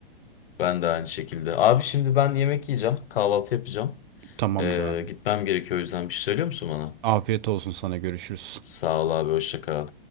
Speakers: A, on the left; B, on the right.
A: Ben de aynı şekilde. Abi şimdi ben yemek yiyeceğim. Kahvaltı yapacağım.
B: Tamamdır
A: Ee,
B: abi.
A: gitmem gerekiyor o yüzden bir şey söylüyor musun bana?
B: Afiyet olsun sana görüşürüz.
A: Sağ ol abi hoşça kal.